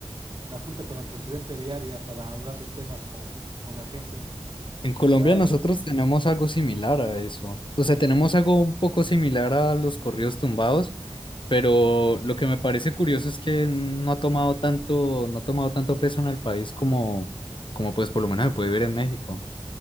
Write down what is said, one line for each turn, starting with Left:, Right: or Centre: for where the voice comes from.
Right: la junta con el presidente diaria para hablar de temas con, con la gente.
Left: En Colombia
Right: Nada,
Left: nosotros tenemos algo similar a eso. O sea, tenemos algo un poco similar a los corridos tumbados, Pero lo que me parece curioso es que no ha tomado tanto, no ha tomado tanto peso en el país como, como pues por lo menos se puede ver en México.